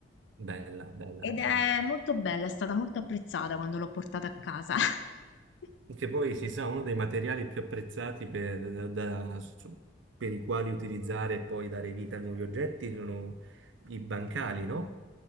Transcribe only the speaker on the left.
Ed
è molto bella, è stata molto apprezzata quando l'ho portata a casa. <laughs>